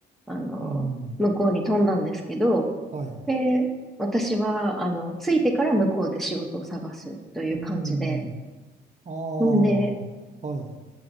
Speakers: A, in the centre; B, on the right.
A: あの、
B: うん。
A: 向こうに飛んだんですけど、
B: はい。
A: で、私は、あの、着いてから向こうで仕事を探すという感じで、
B: うん。あ
A: んで、
B: あ。はい。